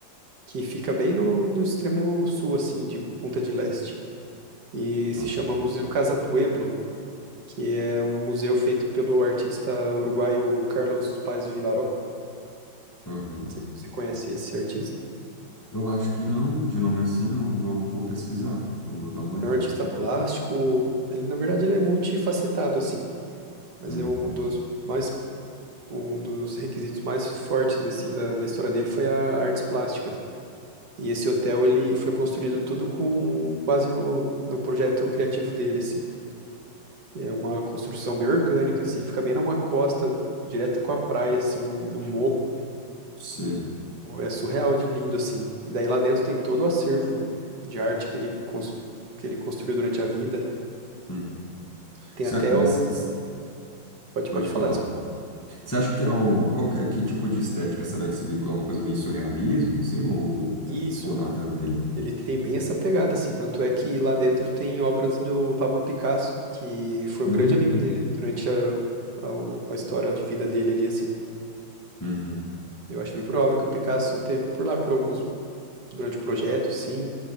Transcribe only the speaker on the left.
tá.
Uhum.
Eu acho que não, de nome assim, não. Eu Vou, vou pesquisar, vou dar uma olhada.
Uhum.
Sei.
Uhum.
Certo,
mas
s- s-
pode
falar.
Você acha que é um. Qual que, é- que tipo de estética será de se vincular? Uma coisa bem surrealismo, assim? Ou,
ou nada a ver?
Hum,
uhum,